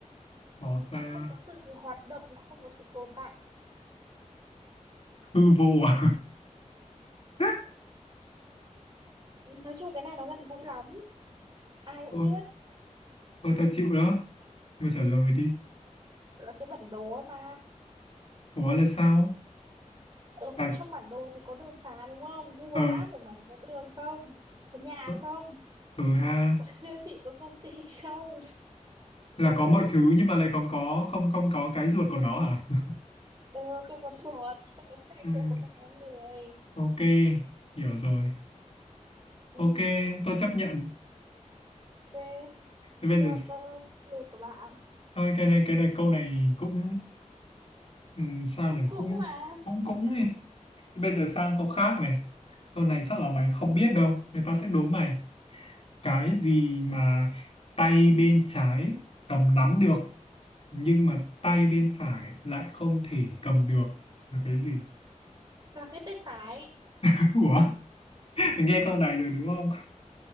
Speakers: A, on the left; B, on the right.
A: có
B: nó
A: ta
B: không có sự hoạt động không có sự tồn tại
A: hư vô à <laughs>
B: nói chung cái này nó gần gũi lắm ai cũng
A: thôi
B: biết
A: thôi tao chịu đó mày trả lời đi
B: là cái bản đồ ấy mà
A: ủa là sao
B: ở
A: à,
B: trong bản đồ thì có đường xá đúng không Google
A: ờ
B: Maps của mày có đường không có nhà
A: ờ,
B: không
A: ừ, ha
B: có <laughs> siêu thị có công ty không
A: là có
B: <laughs>
A: mọi thứ nhưng mà lại không có không không có cái ruột của nó hả <laughs>
B: ờ, không có chuột không có xe
A: Ừm,
B: cộ không có người
A: ok hiểu rồi
B: ừ,
A: ok tôi chấp nhận
B: ok
A: Thế bây
B: giao
A: giờ
B: tên lượt của bạn
A: Thôi cái này cái này câu này cũng ừm, sao
B: cũng
A: nhỉ
B: cũng
A: cũng
B: mà
A: cũng cũng đi. Bây giờ sang câu khác này câu này chắc là
B: ừ,
A: mày không biết đâu người ta sẽ đố mày cái gì mà tay bên trái cầm nắm được nhưng mà tay bên phải lại không thể cầm được là cái gì
B: là cái tay phải
A: <laughs> Ủa mày nghe câu này rồi đúng không